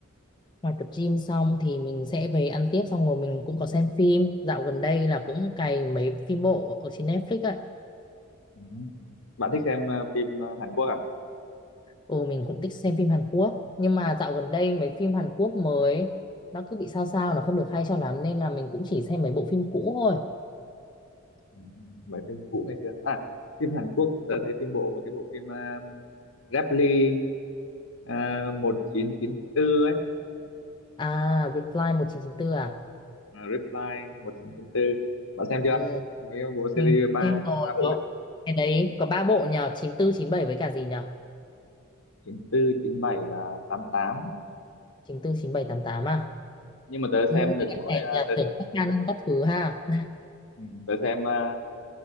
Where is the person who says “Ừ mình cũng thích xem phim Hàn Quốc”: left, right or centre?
Left